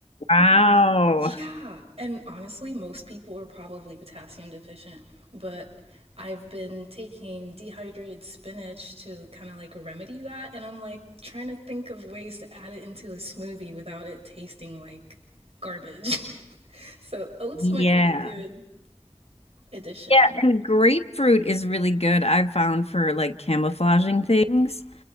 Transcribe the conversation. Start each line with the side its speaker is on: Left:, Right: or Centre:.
Left: Wow.
Right: <laughs> yeah. And honestly, most people are probably potassium deficient, but I've been taking dehydrated spinach to kind of like remedy that. And I'm like trying to think of ways to add it into a smoothie without it tasting like garbage. <laughs> So, oats
Left: Yeah.
Right: might be a good addition.
Left: Yeah, and grapefruit is really good, I've found for like camouflaging things.